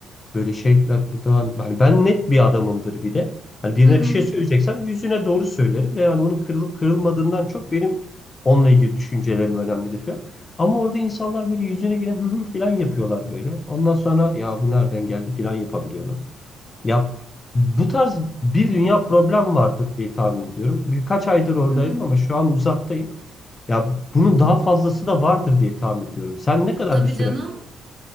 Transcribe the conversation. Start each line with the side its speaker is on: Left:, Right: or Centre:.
Left: Böyle şeyler buradan hani ben net bir adamımdır bir de. Hani birine
Right: Hı hı.
Left: bir şey söyleyeceksem yüzüne doğru söylerim ve yani onun kırılıp kırılmadığından çok benim onunla ilgili düşüncelerim önemlidir falan. Ama orada insanlar böyle yüzüne gidip hı hı falan yapıyorlar böyle. Ondan sonra ya bu nereden geldi falan yapabiliyorlar. Ya bu tarz bir dünya problem vardır diye tahmin ediyorum. Birkaç aydır oradaydım
Right: Hı hı.
Left: ama şu an uzaktayım. Ya bunun daha fazlası da vardır diye tahmin ediyorum. Sen ne kadar
Right: Tabii
Left: bir süre?
Right: canım.